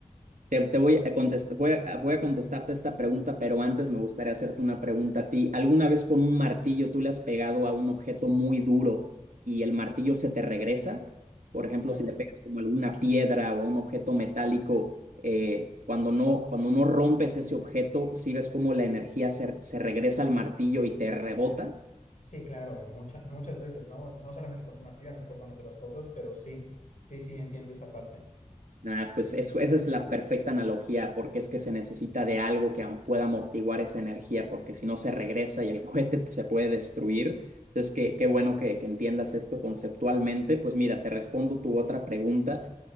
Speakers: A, on the right (about 90°); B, on the left (about 70°).
A: Te, te voy a contestar, voy a, voy a contestarte esta pregunta, pero antes me gustaría hacerte una pregunta a ti. ¿Alguna vez con un martillo tú le has pegado a un objeto muy duro y el martillo se te regresa? Por
B: Sí,
A: ejemplo,
B: claro,
A: si le pegas como alguna piedra o a un objeto metálico, eh, cuando no, cuando no rompes ese objeto, ¿sí ves cómo la energía se, se regresa al martillo y te rebota?
B: sí, claro, muchas muchas veces, ¿no? No solamente con un martillo, a lo mejor con otras cosas, pero sí, Sí, sí, entiendo esa parte.
A: Ah, pues eso, esa es la perfecta analogía, porque es que se necesita de algo que am- pueda amortiguar esa energía, porque si no se regresa y el <laughs> cohete pues, se puede destruir. Entonces, qué, qué bueno que, que entiendas esto conceptualmente. Pues mira, te respondo tu otra pregunta.